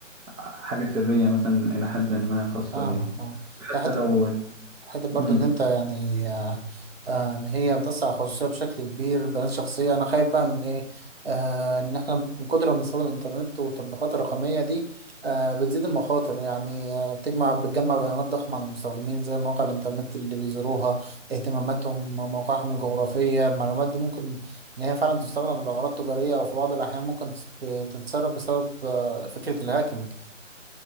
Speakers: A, on the right; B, on the right.
A: حاجه سريه مثلا الى حد ما خاصه
B: فاهمك
A: بيا
B: فاهم.
A: حتى
B: يا حتى
A: لو
B: حتة برضو
A: مم.
B: إن أنت يعني آه، آه، إن هي بتسع الخصوصية بشكل كبير بيانات شخصية أنا خايف بقى من إيه آه، إن إحنا من كتر ما بنستخدم الإنترنت والتطبيقات الرقمية دي آه، بتزيد المخاطر يعني آه، بتجمع بتجمع بيانات ضخمة عن المستخدمين زي مواقع الإنترنت اللي بيزوروها اهتماماتهم مواقعهم الجغرافية المعلومات دي ممكن إن هي فعلا تستخدم لأغراض تجارية أو في بعض الأحيان ممكن تت- تتسرب بسبب آه، فكرة الهاكينج